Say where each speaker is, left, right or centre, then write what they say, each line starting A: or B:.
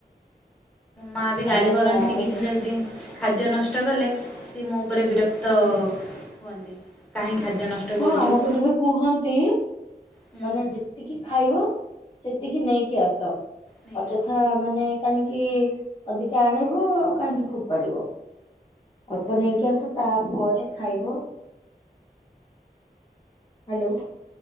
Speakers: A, in the centre; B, on the left.
A: ମାଆ ବି ଗାଳି
B: ଆମେ
A: କରନ୍ତି
B: କଣ ଆମେ
A: କିଛି ଯଦି ଖାଦ୍ୟ ନଷ୍ଟ କଲେ ସିଏ ମୋ ଉପରେ ବିରକ୍ତ
B: ହୁଁ
A: ହୁଅନ୍ତି। କାହିଁ ଖାଦ୍ୟ ନଷ୍ଟ
B: ହଁ
A: କରୁଛୁ
B: ଆମ ଘରେ ବି କୁହନ୍ତି।
A: ହୁଁ
B: ମାନେ
A: ହୁଁ
B: ଯେ ଯେତିକି ଖାଇବ ସେତିକି ନେଇକି ଆସ
A: ନେଇକି
B: ଅଯଥା
A: ଆସ
B: ମାନେ କାହିଁକି ଅଧିକା ଆଣିବ ଆଉ କାହିଁକି ଫୋପାଡିବ। ଅଳ୍ପ
A: ଆଜ୍ଞା
B: ନେଇକି ଆସ। ତାପରେ ଖାଇବ। ହ୍ୟାଲୋ।